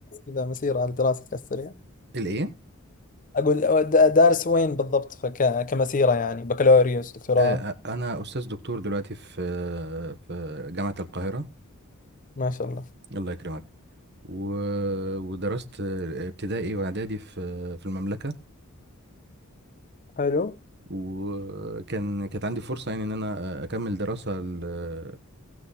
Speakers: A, on the left (about 35°); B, on the right (about 50°).
A: اذا مسيره على دراستك السريع
B: الإيه؟
A: اقول د- دارس وين بالضبط فك... كمسيره يعني بكالوريوس دكتوراه
B: آه آه، أنا أستاذ دكتور دلوقتي في في جامعة القاهرة
A: ما شاء الله
B: الله يكرمك و... ودرست ابتدائي وإعدادي في في المملكة
A: حلو
B: وكان كانت عندي فرصة يعني ان انا اكمل دراسة ال-